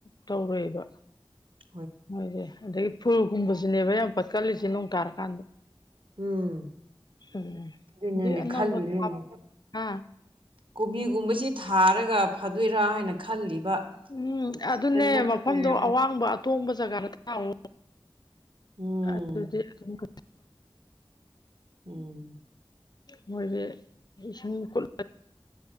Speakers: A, on the left (about 50°); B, on the right (about 70°).
A: ꯇꯧꯔꯣꯏꯕ
B: ꯑꯣꯏꯕ
A: ꯃꯣꯏꯁꯦ ꯑꯗꯒꯤ ꯐꯨꯜꯒꯨꯝꯕꯁꯤꯅꯦꯕ ꯌꯥꯝ ꯄꯠꯀꯜꯂꯤꯁꯦ ꯅꯣꯡ ꯇꯥꯔꯀꯥꯟꯗ
B: ꯎꯝ
A: ꯎꯝ
B: ꯑꯗꯨꯅꯅꯦ
A: ꯗꯨꯏ ꯑꯅꯧꯅꯥ
B: ꯈꯜꯂꯤꯅꯤꯅꯦ
A: <unintelligible> ꯍꯥ
B: ꯀꯣꯕꯤꯒꯨꯝꯕꯁꯤ ꯊꯥꯔꯒ ꯐꯥꯗꯣꯏꯔꯥ ꯍꯥꯏꯅ ꯈꯜꯂꯤꯕ
A: ꯎꯝ
B: ꯁꯤꯖꯟ
A: ꯑꯗꯨꯅꯦ
B: ꯅꯠꯇꯕꯒꯤ
A: ꯃꯐꯝꯗꯣ ꯑꯋꯥꯡꯕ ꯑꯇꯣꯡꯕ ꯖꯒꯥꯗ ꯊꯥꯑꯣ
B: ꯎꯝ
A: ꯑꯗꯨꯗꯤ ꯑꯗꯨꯃ ꯀꯩ
B: ꯎꯝ
A: ꯃꯣꯏꯁꯦ ꯏꯁꯤꯡ ꯀꯨꯜ